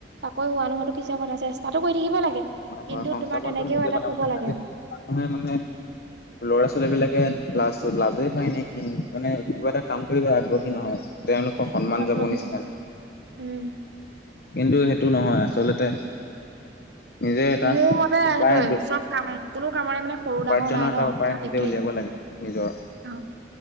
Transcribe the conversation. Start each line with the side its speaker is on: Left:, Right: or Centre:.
Right: চাকৰি হোৱা নোহোৱা পিছে কথা চেষ্টাতটো কৰি থাকিব লাগে।
Left: হয় -
Right: কিন্তু
Left: হয় সংস্থাপনটো
Right: তোমাৰ তেনেকেও
Left: নিজ
Right: এটাত
Left: প
Right: থ'ব লাগে
Left: আজিকালি
Right: আৰু
Left: মানুহে মানে ল'ৰা ছোৱালী বিলাকে। লাজ- লাজেই পায় নে কি মানে কিবা এটা কাম কৰিব আগ্ৰহী নহয়। তেওলোকৰ সন্মান
Right: আগ্ৰহী
Left: যাব নিচিন
Right: নহয় উম
Left: কিন্তু সেইটো টো নহয় আচলতে। নিজে এটা
Right: মোৰ মতে
Left: উপায়
Right: সেইটোয়ে
Left: বে-
Right: চব কাম কোনো কামৰে মানে সৰু
Left: উপাৰ্জনৰ
Right: ডাঙৰ নাই
Left: এটা
Right: ন
Left: উপায়
Right: চব
Left: নিজে
Right: একেই
Left: উলিয়াব লাগে নিজৰ।
Right: অ